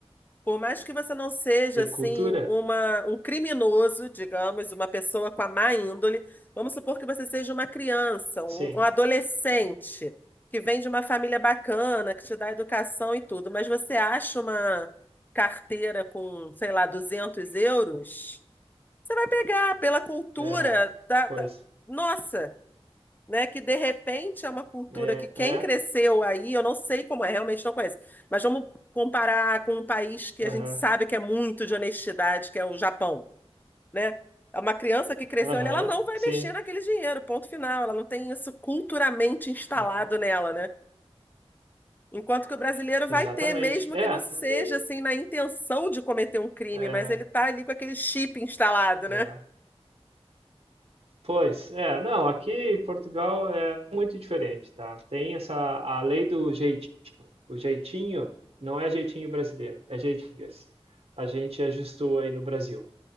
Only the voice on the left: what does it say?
Por mais que você não seja
assim
uma, um criminoso, digamos, uma pessoa com a má índole, vamos supor que você seja uma criança, um,
um adolescente que vem de uma família bacana, que te dá educação e tudo, mas você acha uma carteira com, sei lá, 200 euros? Você vai pegar pela cultura
da,
da- nossa, né? Que de repente é uma cultura
que quem
cresceu aí, eu não sei como é, realmente não conheço. Mas vamos comparar com um país que
a gente sabe que é muito de honestidade, que é o Japão, né? É Uma criança que cresceu
ali, ela não vai
mexer naquele dinheiro, ponto final. Ela não tem isso culturalmente instalado
nela, né? Enquanto que o brasileiro vai
ter, mesmo
que não seja
assim na intenção de cometer um crime,
mas ele tá ali com aquele chip instalado, né?